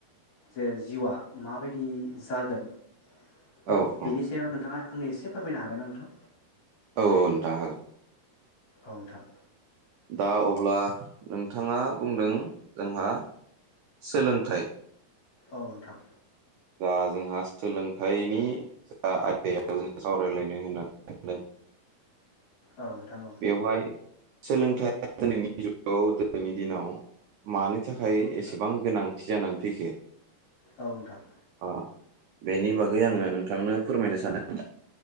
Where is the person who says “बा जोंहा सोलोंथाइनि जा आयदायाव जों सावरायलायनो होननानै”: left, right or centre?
Right